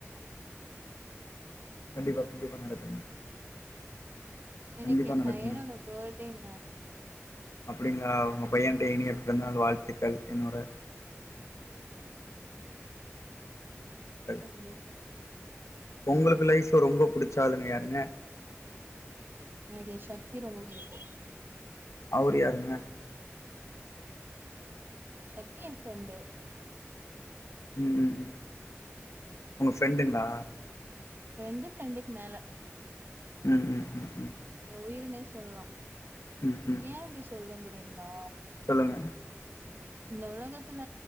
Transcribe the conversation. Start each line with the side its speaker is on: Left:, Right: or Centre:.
Left: கண்டிப்பா கண்டிப்பா நடக்குங்க
Right: இன்னிக்கு
Left: கண்டிப்பா
Right: ஏ
Left: நடக்குங்க.
Right: பையனோட பேர்த்டேங்க
Left: அப்டிங்களா உங்க பையன்ட இனிய பிறந்தாள் வாழ்த்துக்கள் என்னோட உங்க பையனோட வாழ்த்துக்கள்.
Right: கண்டிப்பா
Left: உங்களுக்கு லைஃப் ரொம்ப புடிச்சாலுன்னு யாருங்க
Right: எனக்கு ஏ சக்தி ரொம்ப புடிக்கு
Left: அவர் யாருங்க
Right: சக்தி ஏ ஃப்ரெண்டு
Left: ம் ம் ம் உங்க ஃப்ரெண்டுங்ளா
Right: ஃப்ரெண்டு ஃப்ரெண்டுக்கு மேல
Left: ம் ம் ம் ம்
Right: ஏ உயிருனே சொல்லலா
Left: ம், ம்.
Right: ஏ இப்டி சொல்ற தெரியுங்ளா
Left: சொல்லுங்க
Right: இந்த உலகத்துல